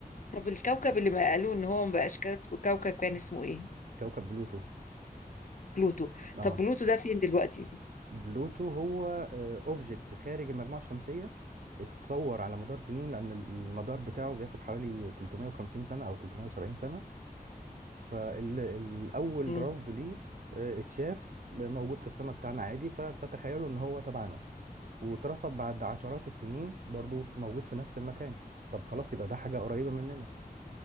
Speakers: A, on the left (about 55°); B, on the right (about 60°).
A: طب الكوكب اللي ما قالوه إن هو ما بقاش كوك- كوكب كان اسمه إيه
B: كوكب بلوتو
A: بلوتو
B: اه
A: طب بلوتو ده فين دلوقتي
B: بلوتو هو اوبجكت خارج المجموعه الشمسيه اتصور على مدار سنين لان ال- المدار بتاعه بياخد حوالي 350 سنه او 370 سنه فالاول
A: مم.
B: رصد ليه آه، اتشاف موجود في السماء بتاعنا عادي ف... فتخيلوا ان هو تبعنا واترصد بعد عشرات السنين برضو موجود في نفس المكان طب خلاص يبقى ده حاجة قريبة مننا